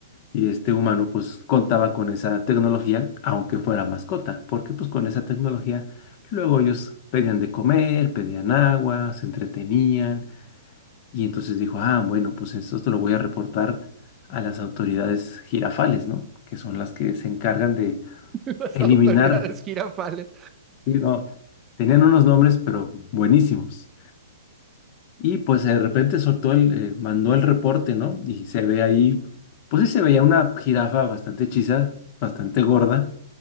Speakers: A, on the left; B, on the right.
A: y este humano pues contaba con esa tecnología, aunque fuera mascota, porque pues con esa tecnología luego ellos pedían de comer, pedían agua, se entretenían y entonces dijo, ah, bueno, pues esto te lo voy a reportar a las autoridades jirafales, ¿no? Que son las que se encargan de
B: las
A: eliminar,
B: autoridades jirafales
A: ¿sí? No, tenían unos nombres, pero buenísimos. Y pues de repente soltó el, eh, mandó el reporte, ¿no? Y se ve ahí, pues sí se veía una jirafa bastante hechiza, bastante gorda,